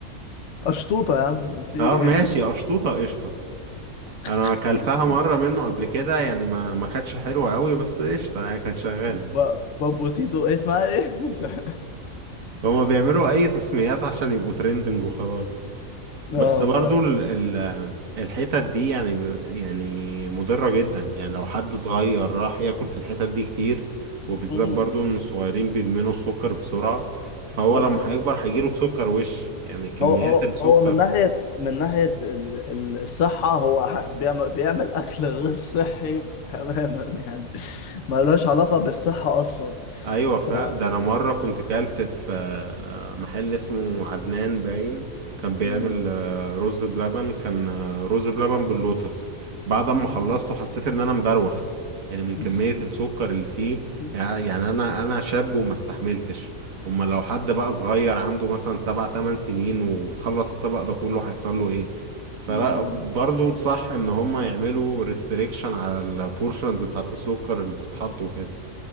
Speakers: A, on the left; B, on the right.
A: قشطوطه يا عم في ايه؟
B: اه ماشي قشطوطة قشطة انا
A: <laughs>
B: اكلتها مرة منه قبل كده يعني ما ما كانتش حلوة قوي بس قشطة هي كانت شغالة
A: ب... بابو تيتو إيه اسمها ايه؟ <laughs> مش عارف.
B: هما بيعملوا اي تسميات عشان يبقوا ترندنج وخلاص
A: اه
B: بس برضو
A: ف
B: ال ال الحتت دي يعني ب يعني مضرة جدا يعني لو حد صغير راح ياكل في الحتت دي كتير وبالذات
A: مم.
B: برضو ان الصغيرين بيدمنوا السكر بسرعة فهو
A: بالظبط
B: لما
A: آه.
B: هيكبر هيجيله سكر وش يعني كميات
A: هو هو
B: السكر
A: هو من ناحية من ناحية ال- ال- الصحة هو ح- بيعمل بيعمل أكل غير صحي تماما يعني <laughs> ملوش علاقة بالصحة أصلا
B: ايوه
A: ف
B: فعلا ده انا مره كنت كلت في آه، محل اسمه عدنان باين كان بيعمل
A: مم.
B: آه، رز بلبن كان آه، رز بلبن باللوتس بعد ما
A: مم.
B: خلصته حسيت ان انا مدروخ يعني من كميه
A: <laughs>
B: السكر اللي فيه
A: مم.
B: يع- يعني انا انا شاب وما استحملتش اما لو حد بقى صغير عنده مثلا سبع تمن سنين وخلص الطبق ده كله هيحصل له ايه فلا
A: مم.
B: برضو صح ان هم يعملوا ريستريكشن على البورشنز بتاعت السكر اللي بتتحط وكده